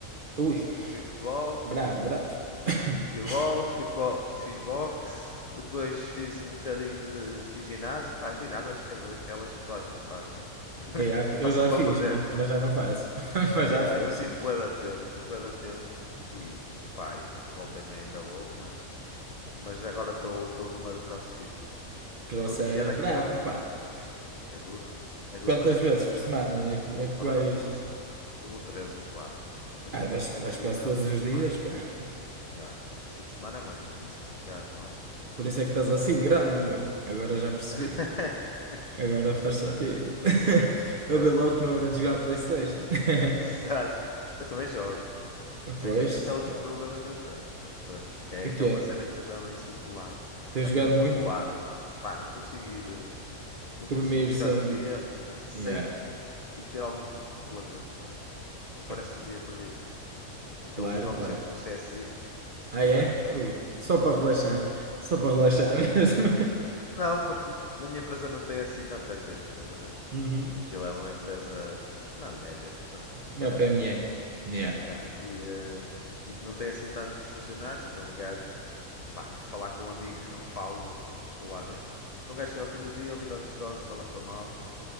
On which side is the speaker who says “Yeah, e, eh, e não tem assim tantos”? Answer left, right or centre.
Left